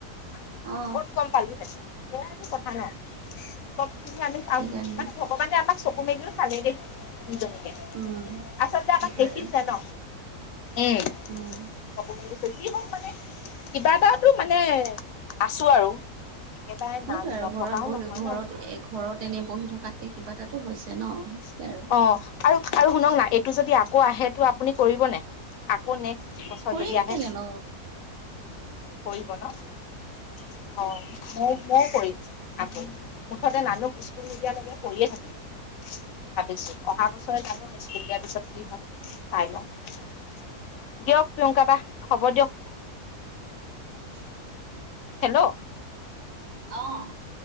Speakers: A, on the left; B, on the right.
A: আমি
B: অ
A: ক'ত গম পালোহেতেন? কথা নাই চবি আমি
B: সেইকাৰণে
A: মানে ভগৱানে আমাক চকু মেলিলো চালেই দেই দুজনীকে
B: উম
A: আচলতে আমাক
B: সেইটোৱে
A: দেখিছে
B: আৰু
A: ন? উম,
B: উম
A: কব মেলিছে যি হওক মানে কিবা এটা টো মানে আছো আৰু। একেবাৰে
B: সেইটো
A: নাম
B: আৰু
A: নথকাও
B: ঘৰত বহি
A: নহয়
B: ঘৰত
A: ন
B: এ ঘৰত এনে বহি থকাতকে কিবা এটাতো হৈছে ন?
A: অ,
B: আৰু
A: আৰু আৰু শুনক না এইটো যদি আকৌ আহেটো আপুনি কৰিব ন আকৌ নেক <unintelligible>
B: কৰিম
A: আহে।
B: কেলে ন
A: কৰিব ন অ, মও কৰিম। আকৌ মুঠতে নানুক স্কুল নিদিয়ালৈকে কৰিএ থাকে। ভাবিছো অহা বছৰে জানো স্কুল দিয়াৰ পিছত কি হয়। চাই লও দিয়ক প্ৰিয়ংকা বা হব দিয়ক।
B: উম,
A: হেল্ল',
B: অহ,